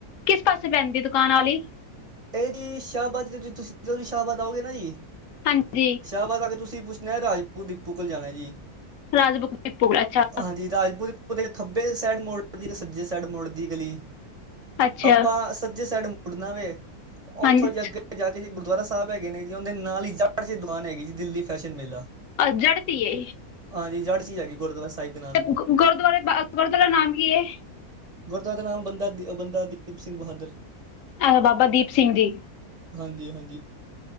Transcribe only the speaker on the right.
ਏਹ ਜੀ ਕਿ ਸ਼ਾਹਬਾਦ ਜ- ਜਦੋਂ ਵੀ ਸ਼ਾਹਬਾਦ ਆਓਗੇ ਨਾ ਜੀ
ਸ਼ਾਹਬਾਦ ਆ ਕੇ ਤੁਸੀਂ ਪੁੱਛਣਾ ਰਾਜਪੁਰ ਦੀਪੂ ਕੋਲ ਜਾਣਾ ਜੀ।
ਹਾਂਜੀ ਰਾਜਪੁਰ ਓਦੇ ਖੱਬੇ ਸੈਡ ਮੁੜਦੀ ਸੱਜੇ ਸੈਡ ਮੁੜਦੀ ਗਲੀ।
ਆਪਾਂ ਸੱਜੇ ਸੈਡ ਮੁੜਨਾ ਦੇ। ਓਦੇ
ਥੋੜੇ ਜੇ ਅੱਗੇ ਜਾ ਕੇ ਜੀ ਗੁਰਦੁਆਰਾ ਸਾਹਿਬ ਹੈਗੇ ਨੇ ਜੀ ਓਦੇ ਨਾਲ ਈ <unintelligible> ਦੁਕਾਨ ਹੈਗੀ ਜੀ ਦਿੱਲੀ ਫੈਸ਼ਨ ਮੇਲਾ।
ਹਾਂਜੀ ਜੜ ਚ ਹੈਗੀ। ਗੁਰਦੁਆਰਾ ਸਾਹਿਬ ਦੇ ਨਾਲ।
ਗੁਰਦੁਆਰੇ ਦਾ ਨਾਮ ਬੰਦਾ ਦੀ-ਬੰਦਾ ਦੀਪ ਸਿੰਘ ਬਹਾਦਰ।
ਹਾਂਜੀ-ਹਾਂਜੀ।